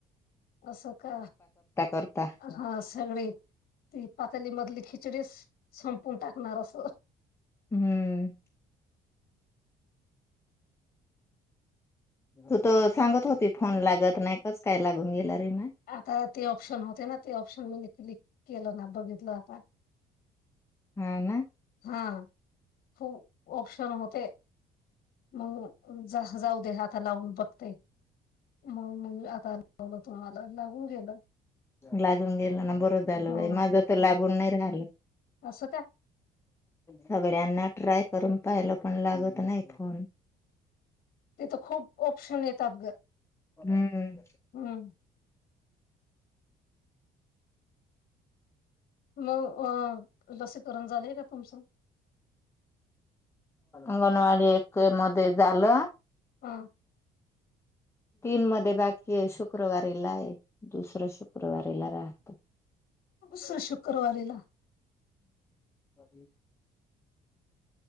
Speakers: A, on the left; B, on the left.
A: अशो का
B: करता
A: हा सगळी ती पातली मधली खिचडी संपून टाकणार अस
B: हम्म त तर सांगत होती फोन लागत नाही काच काय लागून गेला रे म
A: आता ते ऑप्शन होते ना ते ऑप्शन म्हणजे क्लिक केलं ना बघितलं आपण
B: हा ना
A: हा खूप ऑप्शन होते मग जाऊ दे आता लावून बघते मग मग आता लावलं तुम्हाला लावून गेलं
B: लागून गेल ना बरं झालं
A: हो
B: बाई माझ तर लागून नाही राहिलं
A: असं का
B: सगळ्यांना ट्राय करून पाहिलं पण लागत नाही फोन
A: तेथ खूप ऑप्शन येतात ग
B: हम्म
A: हम्म मग अ लसीकरण झालेय का तुमचं
B: अंगणवाडी एक मध्ये झालं
A: हा
B: तीन मध्ये बाकी आहे शुक्रवारीला आहे दुसरं शुक्रवारीला राहत
A: सर शुक्रवारीला
B: अरी